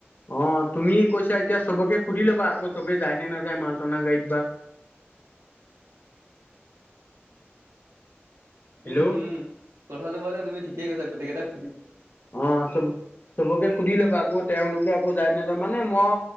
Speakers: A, on the left (about 45°); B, on the right (about 85°).
A: অ, তুমি কৈছা এতিয়া চবকে সুধি ল'বা আকৌ। চবে যায় নে নাযায় মালটনা গাড়ীত বা?
B: <inaudible>
A: হেল্ল'
B: উম, উম। কথাটো মানে তুমি ঠিকেই কৈছা গোটেই কেইটাক
A: অ, চব চবকে সুধি লবা আকৌ। তেওঁলোকে আকৌ যায় নাযায়। মানে মই